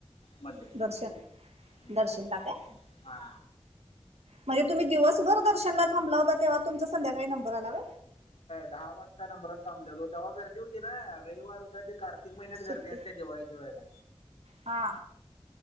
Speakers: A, on the left (about 80°); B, on the right (about 80°).
A: मज
B: दर्शन
A: हम्
B: दर्शनला काय
A: हा
B: म्हणजे तुम्ही दिवसभर दर्शनला थांबला होता तेव्हा तुमचा संध्याकाळी नंबर आलावा
A: दहा वाजता नंमरात थबलेलो तेव्हा गर्दी होती ना रविवार उदचे कारख प्रत्येक महिन्यात
B: सुट्टी
A: गर्दी असते दिवाळीच्या वेळेला
B: हा